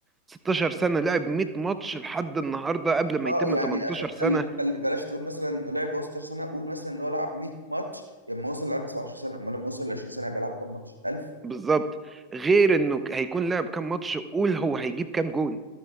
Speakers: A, on the right; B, on the right.
A: 16 سنه لعب 100 ماتش لحد النهارده قبل ما
B: اه
A: يتم
B: يعني
A: 18
B: أخ...
A: سنه
B: خليك خلي... بلاش تقول مثلا لعب 16 سنه قول مثلا اللي هو لعب 100 ماتش لما وصل لعب 17 سنه امال لما وصل ل 20 سنه يبقى لعب كام ماتش 1000
A: بالظبط غير انه ك- هيكون لعب كام ماتش قول هو هيجيب كام جون